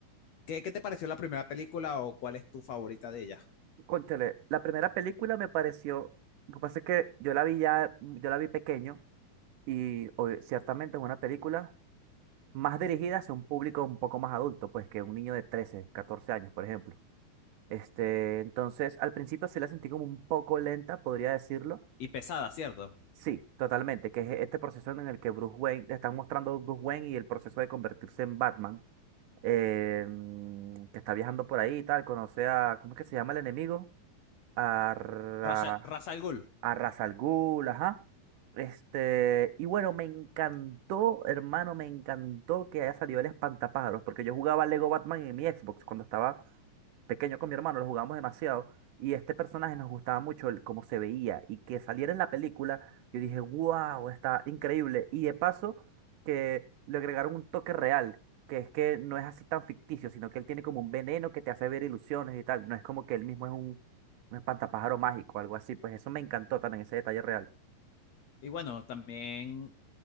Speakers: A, on the left (about 75°); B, on the right (about 75°).
A: ¿Qué, qué te pareció la primera película o cuál es tu favorita de ellas?
B: Cónchale, la primera película me pareció, lo que pasa es que yo la vi ya, yo la vi pequeño y obvi- ciertamente es una película más dirigida hacia un público un poco más adulto, pues que un niño de 13, 14 años, por ejemplo. Este, entonces, al principio sí la sentí como un poco lenta, podría decirlo
A: Y pesada, ¿cierto?
B: Sí, totalmente, que es este proceso en el que Bruce Wayne, te están mostrando a Bruce Wayne y el proceso de convertirse en Batman, eh, mm, que está viajando por ahí y tal, conoce a, ¿cómo es que se llama el enemigo? A, Ra-
A: Ra's Ra's al Ghul.
B: a Ra's al Ghul, ajá. Este, y bueno, me encantó, hermano, me encantó que haya salido el espantapájaros, porque yo jugaba Lego Batman en mi Xbox cuando estaba pequeño con mi hermano, lo jugábamos demasiado, y este personaje nos gustaba mucho el, cómo se veía, y que saliera en la película, yo dije, wow, está increíble, y de paso que le agregaron un toque real, que es que no es así tan ficticio, sino que él tiene como un veneno que te hace ver ilusiones y tal, no es como que él mismo es un espantapájaro mágico, algo así, pues eso me encantó también, ese detalle real,
A: Y bueno, también